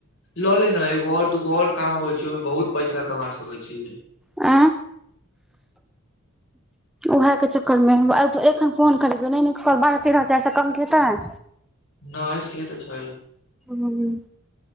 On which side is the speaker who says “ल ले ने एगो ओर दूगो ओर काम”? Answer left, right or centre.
Left